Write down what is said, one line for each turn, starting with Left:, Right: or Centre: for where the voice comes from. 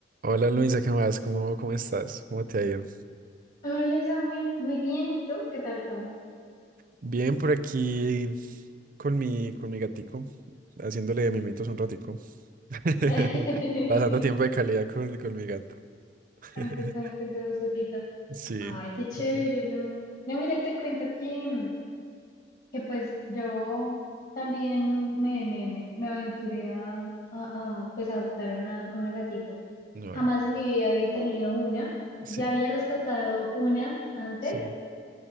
Right: Hola Luisa, ¿qué más? ¿Cómo, cómo estás? ¿Cómo te ha ido?
Left: Hola Samuel, muy bien, ¿y tú? ¿Qué tal todo?
Right: Bien por aquí con mi, con mi gatico, haciéndole de mimitos un ratico. <laughs>
Left: <laughs>
Right: Pasando tiempo de calidad con, con mi gato. <laughs>
Left: Con tu, con, con tu vozotita.
Right: Sí.
Left: Ay, qué chévere,
Right: Sí.
Left: ¿no? No, mira, te cuento que, que pues yo también me, me, me, me aventuré a, a, a, pues adoptar una, a una gatita.
Right: No
Left: Jamás
Right: hay.
Left: en mi vida había tenido una.
Right: Sí,
Left: Ya había rescatado una antes.
Right: sí.